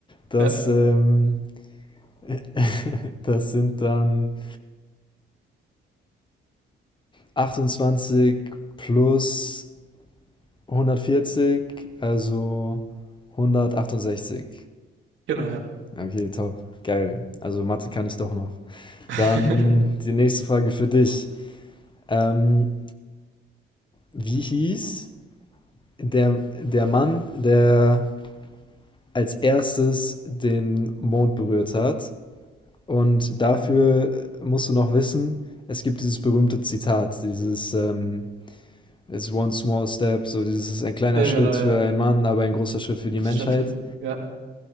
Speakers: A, on the left (about 25°); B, on the right (about 75°).
A: Das,
B: ja,
A: ähm, <laughs> das sind dann... 28 plus 140, also 168.
B: genau, ja.
A: Okay, top. Geil. Also Mathe kann ich doch noch.
B: <laughs>
A: Dann die nächste Frage für dich. Ähm, wie hieß der, der Mann, der als erstes den Mond berührt hat? Und dafür
B: Mhm.
A: musst du noch wissen, es gibt dieses berühmte Zitat, dieses ähm, It's one small step, so dieses ist ein kleiner
B: Ja, ja,
A: Schritt
B: genau, ja.
A: für einen Mann, aber ein großer Schritt für die
B: Das
A: Menschheit.
B: steht für den. Ja.